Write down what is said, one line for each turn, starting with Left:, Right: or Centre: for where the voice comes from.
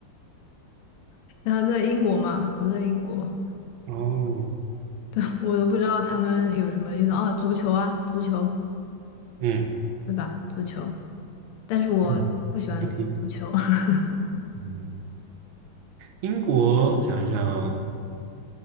Left: <laughs> 然后在英国嘛，我在英国，
Right: 哦，
Left: <laughs> 我都不知道他们有什么运动啊，足球啊，足球，
Right: 嗯，
Left: 对吧？足球，但是我不喜欢足球，
Right: 嗯，你不听，
Left: <laughs>
Right: 嗯英国想一想，哦，